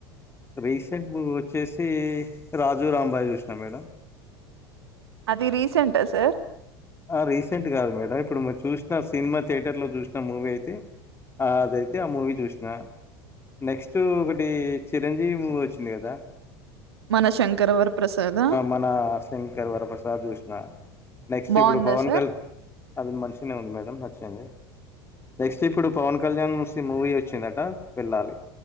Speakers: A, on the left; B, on the right.
A: రీసెంట్ వచ్చేసి రాజు రాంబాయ చూసినా మేడం
B: అది రీసెంంటా సార్
A: రీసెంట్ కాదు మేడం ఇప్పుడు చూసిన సినిమా థియేటర్లో చూసిన మూవీ అయితే అదైతే ఆ మూవీ చూసిన నెక్స్ట్ ఒకటి చిరంజీవి మ వచ్చి లేదా
B: మన శంకరవర్ ప్రసాదా
A: మన శంకర్ వరప్రసాద్ కృష్ణ న
B: బాగుందా
A: ఇప్పుడు పవన్
B: సార్
A: కల్ అది మంచిగనే ఉంది మేడం నచ్చింది. నెక్స్ట్ ఇప్పుడు పవన్ కళ్యాణ్స్ మూవీ వచ్చిందట వెళ్ళాలి